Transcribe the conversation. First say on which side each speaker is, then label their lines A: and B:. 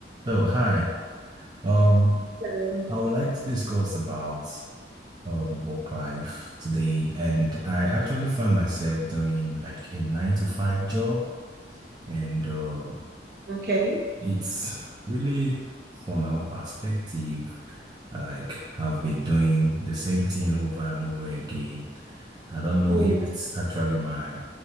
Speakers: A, on the right (about 25°); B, on the right (about 60°).
A: So, hi. Um,
B: Um,
A: I would like to discuss about um work life today, and I actually find myself doing like a nine to five job, and um,
B: Okay.
A: it's really from my own perspective, like I've been doing the same thing over and over again. I don't know
B: Hmm.
A: if it's actually my